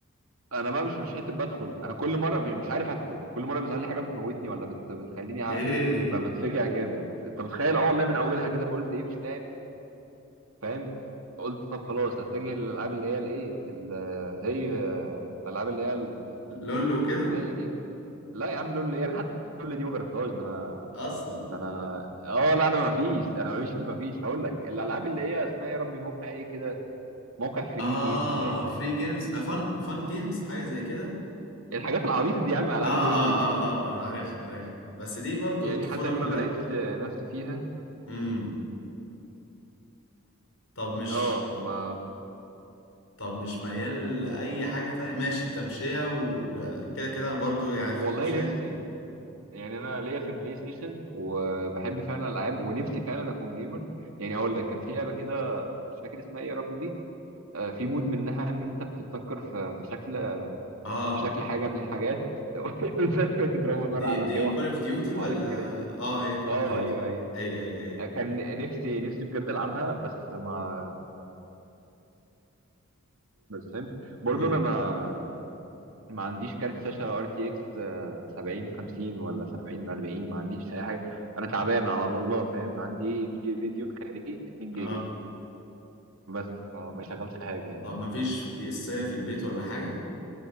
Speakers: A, on the right; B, on the left.
A: انا بقى مش مش حته بدخل انا كل مره م- مش عارف ادخل كل مره بيظهر لي حاجه بتموتني ولا بت... بتخليني ع-
B: <laughs> اوكي
A: ب- بتفجع جامد انت متخيل اه والله من اولها كده فقلت ايه مش لاعب فاهم قلت طب خلاص هتجه للالعاب اللي هي الايه ال- زي آه، الالعاب اللي هي ال-
B: لول وكده
A: اسمها ايه دي لا يا عم لول ايه انا حتى لول دي ما جربتهاش ده انا
B: اصلا
A: ده انا اه لا انا ما فيش انا ما فيش ما فيش هقول لك الالعاب اللي هي اسمها يا ربي موقع ايه كده موقع فري
B: اه
A: جيمز باين
B: فري
A: ولا-
B: جيمز آه فن فن جيمز حاجة زي كده
A: الحاجات العبيطه دي يا عم العاب
B: اه اه
A: الويب دي
B: اه اه اه عارف عارف بس دي برضو
A: يعني
B: الطفولة
A: حتى دي
B: كلها
A: ما لقيتش آه، نفسي فيها
B: امم طب مش
A: اه ما
B: طب مش ميال لأي حاجة تانية ماشي التمشية وكده كده برضو يعني في
A: والله
B: التمشية
A: نفسي يعني انا ليا في البلاي ستيشن وبحب فعلا الالعاب ونفسي فعلا اكون جيمر يعني هقول لك كان في لعبه كده مش فاكر اسمها ايه يا ربي آه، في مود منها ان انت بتتنكر في في شكل
B: اه
A: في شكل حاجه من الحاجات <laughs> يضربوا نار
B: دي
A: على
B: دي
A: اللوح
B: كول اوف ديوتي ولا
A: وعلى الكراسي
B: اه هي كول
A: اه
B: اوف ديوتي
A: ايوه ايوه
B: هي هي هي
A: آه، كان نفسي نفسي بجد العبها بس ما فاهم برضه
B: امم
A: انا ما ما عنديش كارت شاشة ار تي اكس 70 50 ولا 70 40 ما عنديش اي حاجة انا تعبان على الله فاهم عندي ام دي راديون خارجي 2
B: اه
A: جيجا بس فما يشغلش حاجة يعني
B: طب ما فيش بي اسايه في البيت ولا حاجه